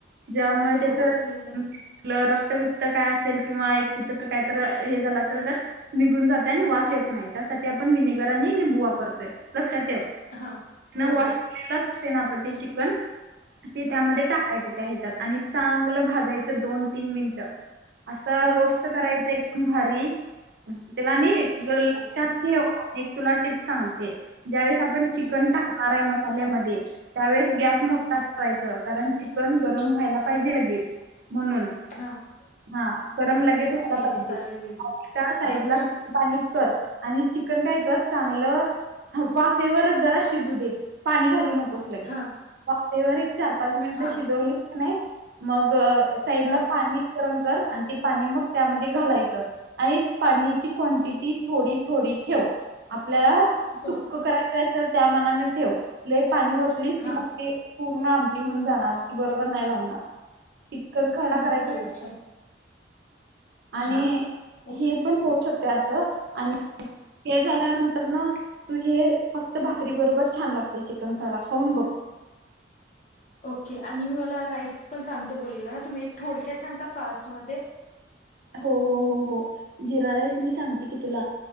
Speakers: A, on the right (about 65°); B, on the left (about 45°).
A: ज्यामुळे
B: हो
A: त्याच
B: हो
A: आप
B: तू हे सांग
A: रक्त व काय असेल किंवा एक कुठ तर काय तर हे झालं असेल तर निघून जात आणि वास येत नाही त्यासाठी आपण विनेगर आणि लिंबू वापरतोय लक्षात ठेव
B: हा हो
A: वॉश
B: हो
A: कराला असते ना आपण ते चिकन ते
B: हा
A: त्यामध्ये टाकायचं आणि चांगलं भाजायच दोन तीन मिनट अस
B: हा
A: रो करायच एकदम भारी त्याला
B: हा
A: लक्षात
B: अरे वा
A: ठेव एक तुला टिप्स सांगते ज्यावेेळेस आपण चिकन
B: हम्म
A: टाकणार आहे मसाल्यामध्ये त्यावेळेस गॅस
B: हम्म
A: मोठा ठेवायचं कारण चिकन गरम व्हायला पाहिजे लगेच म्हणून
B: हा
A: हा गरम लगेच
B: ओके
A: व्हाला पाहिजे
B: चालेल दीदी
A: आणि साईड
B: हा
A: ला पाणी कर आणि चिकन काय कर चांगलं वाफेवरच जरा शिजू दे पाणी घालू नकोस ेच
B: हा
A: वाेवर एक चार पाच मिनिट
B: हा
A: शिजवली नाही मग साईडला
B: हा
A: पाणी गरम कर आणि ते पाणी मग त्यामध्ये घालायचं आणि पाण्याची क्वांटिटी थोडी थोडी ठेव आपल्याला सुख
B: ओके
A: करायचं असेल त्या मनान ठेव लले पाणी वतलीस की
B: हा
A: मग ते पूर्ण आमटहून जाणार ती बरोबर नाही लागणार इतक खरडा
B: ओके
A: करायचाच
B: चल
A: आणि
B: हा ओके
A: हे पण होऊ शकते अस आणि हे झाल्यानंतर ना तू हे फक्त भाकरी बरोबर छान लागते चिकन खराडा खाऊन बघ
B: ओके आणि मी मला राईस पण सांगतो बोलेला ना तुम्ही एक थोडक्यात सांगता फास्ट मध्ये
A: हो हो हो हो जिरा राईस मी सांगते की तुला